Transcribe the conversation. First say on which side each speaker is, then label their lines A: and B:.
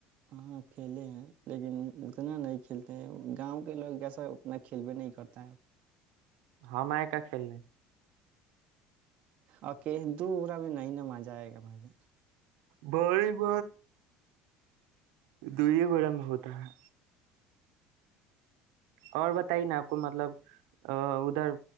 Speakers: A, on the right; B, on the right.
A: ہاں کھیلے ہیں لیکن اتنا نہیں کھیلتے ہیں گاؤں کے لوگ جسا اتنا کھیل بھیے نہیں کرتا ہے
B: ہاں میں کیا کھیل ل ہیں
A: اوک د اورہ میں نہیں ن مزہ آئے گا بھائی جان
B: بڑ ب دوئیے بڑا میں ہوتا ہے اور ب <unintelligible> ہی نا آپ کو مطلب <unintelligible> ا ادھر